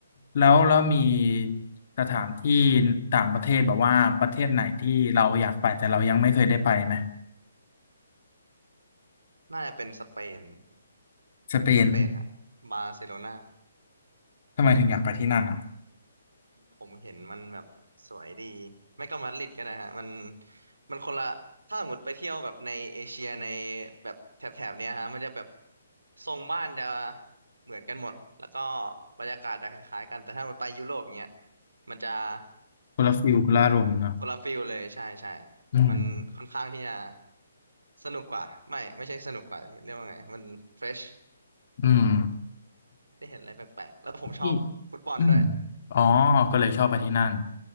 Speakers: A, on the left; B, on the right.
A: แล้วแล้วมีสถานที่ต่างประเทศแบบว่าประเทศไหนที่เราอยากไปแต่เรายังไม่เคยได้ไปไหม
B: น่าจะเป็นสเปน
A: สเปน
B: สเปนฮะบาร์เซโลนา
A: ทำไมถึงอยากไปที่นั่นอ่ะ
B: ผมเห็นมันแบบสวยดีไม่ก็มาดริดก็ได้ฮะมันมันคนละถ้าสมมติไปเที่ยวแบบในเอเชียในแบบแถบๆเนี้ยฮะมันจะแบบทรงบ้านจะเหมือนกันหมดแล้วก็บรรยากาศจะคล้ายๆกันแต่ถ้ามันไปยุโรปเนี้ยมันจะ
A: คนละฟิลคนละอารมณ์เนาะ
B: แบบคนละฟิลเลยใช่ใช่
A: อืม
B: มันค่อนข้างที่จะสนุกกว่าไม่ไม่ใช่สนุกกว่าเรียกว่าไงมันเฟรช
A: อืม
B: ได้เห็นอะไรแปลกๆแล้วผมชอบฟุตบอลด้วย
A: <laughs> ที่อืมอ๋อก็เลยชอบไปที่นั่น